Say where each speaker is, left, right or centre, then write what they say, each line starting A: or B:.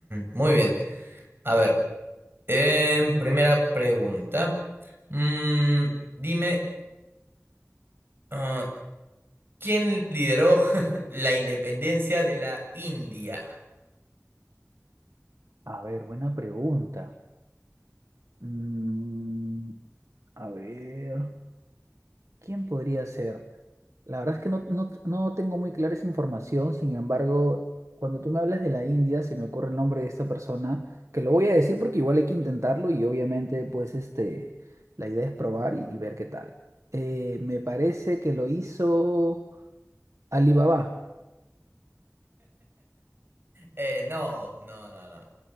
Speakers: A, on the right (about 45°); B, on the right (about 70°).
A: Muy bien, a ver, em, primera pregunta. Mm, dime, ah, ¿quién lideró <laughs> la independencia de la India?
B: A ver, buena pregunta. Mm, a ver. ¿Quién podría ser? La verdad es que no, no, no tengo muy clara esa información, sin embargo, cuando tú me hablas de la India, se me ocurre el nombre de esta persona, que lo voy a decir porque igual hay que intentarlo y obviamente pues este, la idea es probar y, y ver qué tal. Eh, me parece que lo hizo Alibaba.
A: Eh, no, no, no, no.